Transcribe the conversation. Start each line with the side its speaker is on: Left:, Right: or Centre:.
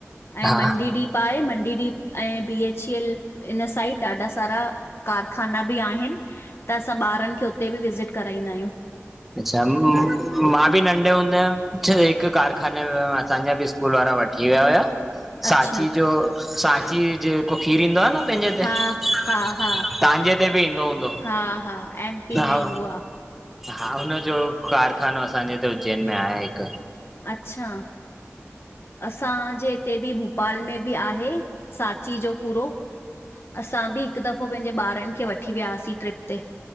Left: ऐं
Centre: हा
Left: मंडी डीप पाए मंडी डीप ऐं B H C L inside ॾाढा सारा कारखाना बि आहिन त असां ॿारन खे उते बि विज़िट कराईंदा आहियूं।
Centre: अच्छा मां बि नंढे हूंद हुम हिकुश कारखाने में हुयम असांजा बि स्कूल वारा वठी विया हुया
Left: अच्छा
Centre: सांची जो सांची जेको खीरु ईंदो आह न। तव्हांजे
Left: हा हा हा
Centre: हिते बि ईंदो हूंदो
Left: हा हा एम पी में
Centre: हा।
Left: ईंदो आहे
Centre: हा हुनजो कारखानो असांजे हिते उज्जैन में आहे हिक।
Left: अच्छा! असांजे हिते बि भोपाल में बि आहे सांची जो पूरो। असां बि हिक दफ़ो पेंजे ॿारन खे वठी वियासीं। ट्रिप ते